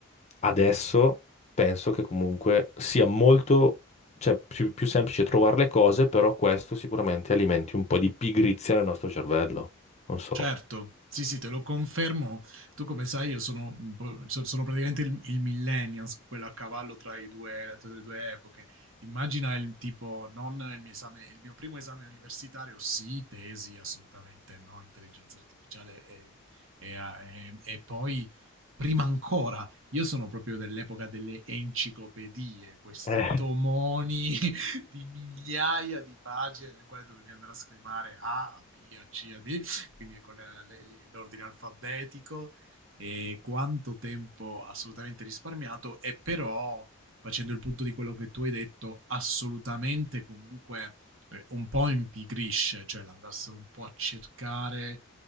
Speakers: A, on the left; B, on the right.
A: adesso penso che comunque sia molto, cioè più, più semplice trovare le cose, però questo sicuramente alimenti un po' di pigrizia nel nostro cervello. Non so.
B: Certo, sì, sì, te lo confermo. Tu come sai io sono, un po' so- sono praticamente il, il millennials, quello a cavallo tra i due, la- tra le due epoche. Immagina il tipo, non il mio esame, il mio primo esame universitario, sì, tesi, assolutamente no, intelligenza artificiale e, e a- e- e poi... Prima ancora, io sono proprio dell'epoca delle enciclopedie, questi
A: Eh.
B: tomoni <laughs> di migliaia di pagine nel quale dovevi andare a scrivere A, a B, a C, a D, quindi con eh, le, le, l'ordine alfabetico e quanto tempo assolutamente risparmiato e però facendo il punto di quello che tu hai detto assolutamente comunque eh, un po' impigrisce, cioè l'andassero un po' a cercare